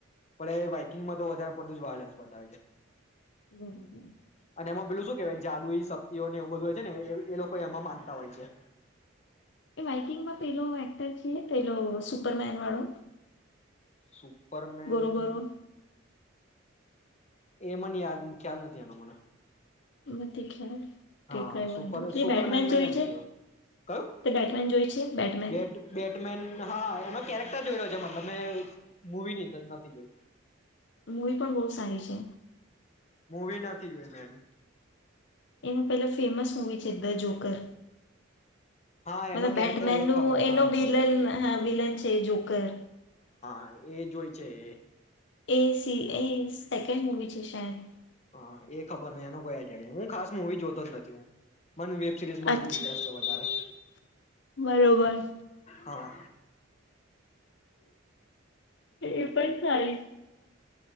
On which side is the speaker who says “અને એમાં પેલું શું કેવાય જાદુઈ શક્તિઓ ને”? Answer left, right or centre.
Left